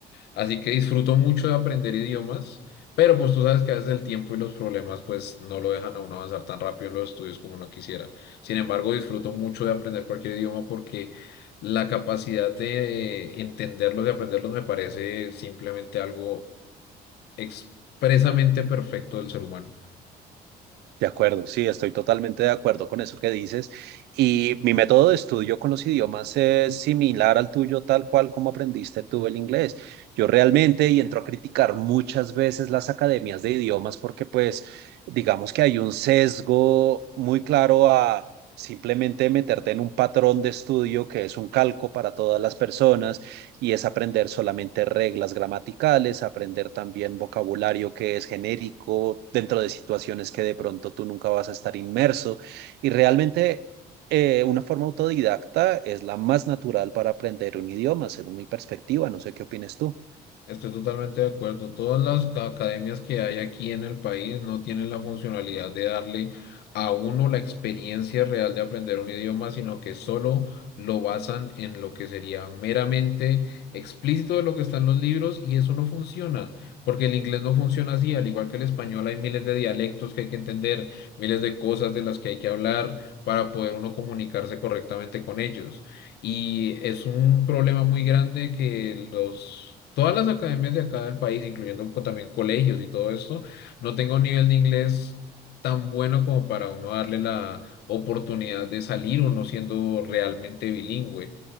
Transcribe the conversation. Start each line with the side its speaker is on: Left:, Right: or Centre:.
Left: así que disfruto mucho de aprender idiomas, pero pues tú sabes que a veces el tiempo y los problemas pues no lo dejan a uno avanzar tan rápido en los estudios como uno quisiera. Sin embargo, disfruto mucho de aprender cualquier idioma porque la capacidad de eh, entenderlos y aprenderlos me parece simplemente algo expresamente perfecto del ser humano.
Right: De acuerdo, sí, estoy totalmente de acuerdo con eso que dices. Y mi método de estudio con los idiomas es similar al tuyo, tal cual como aprendiste tú el inglés. Yo realmente, y entro a criticar muchas veces las academias de idiomas porque pues digamos que hay un sesgo muy claro a simplemente meterte en un patrón de estudio que es un calco para todas las personas y es aprender solamente reglas gramaticales, aprender también vocabulario que es genérico dentro de situaciones que de pronto tú nunca vas a estar inmerso y realmente... eh, una forma autodidacta es la más natural para aprender un idioma, según mi perspectiva. No sé qué opinas tú.
Left: Estoy totalmente de acuerdo. Todas las ca- academias que hay aquí en el país no tienen la funcionalidad de darle a uno la experiencia real de aprender un idioma, sino que solo lo basan en lo que sería meramente explícito de lo que está en los libros y eso no funciona, porque el inglés no funciona así, al igual que el español hay miles de dialectos que hay que entender, miles de cosas de las que hay que hablar para poder uno comunicarse correctamente con ellos. Y es un problema muy grande que los, todas las academias de acá del país, incluyendo co- también colegios y todo esto, no tengan un nivel de inglés tan bueno como para uno darle la oportunidad de salir uno siendo realmente bilingüe.